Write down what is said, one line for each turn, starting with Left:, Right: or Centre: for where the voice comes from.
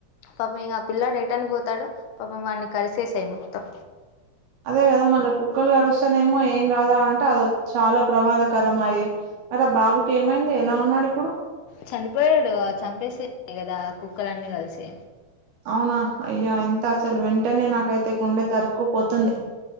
Left: పాపం ఇంక ఆ పిల్లాడు ఎటర్న్ పోతాడు పాపం వాడిని కలిసేసాయి మొత్తం
Right: అదే కదా మళ్ళీ కుక్కలు గరుస్తానేమో ఏం కాదా అంటే అది చాలా ప్రమాదకరం అయ్యే అద బాబుకి ఏమైంది ఎలా ఉన్నాడు ఇప్పుడు
Left: చనిపోయాడు చంపేసేయి కదా కుక్కలన్నీ కలిసి
Right: అవునా అయో ఎంత అసలు వెంటనే నాకైతే గుండె తరుక్కు పోతుంది